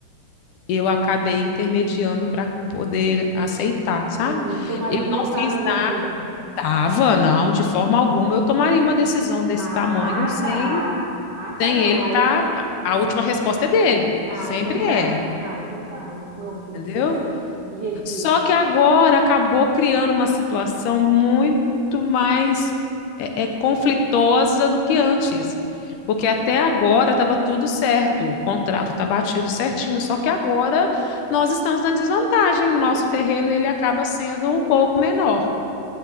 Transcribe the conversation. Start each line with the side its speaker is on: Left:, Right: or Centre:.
Left: eu acabei intermediando para poder aceitar, sabe?
Right: Uhum, teu marido
Left: Eu
Right: não
Left: não
Right: estava
Left: fiz
Right: envolvido.
Left: nada, tava, não, de forma alguma eu tomaria uma decisão desse
Right: Ah,
Left: tamanho sem
Right: tá. Ah, tá,
Left: Sem
Right: não.
Left: ele,
Right: Aí...
Left: tá. A última resposta é dele.
Right: Ah,
Left: Sempre
Right: então tá.
Left: é,
Right: Ah, então tá. Não, não, porque
Left: entendeu?
Right: eu pensei assim, do jeito que...
Left: Só que agora acabou criando uma situação muito mais é, é, conflitosa do que antes. Porque até agora estava tudo certo, o contrato está batido certinho, só que agora nós estamos na desvantagem, nosso terreno ele acaba sendo um pouco menor.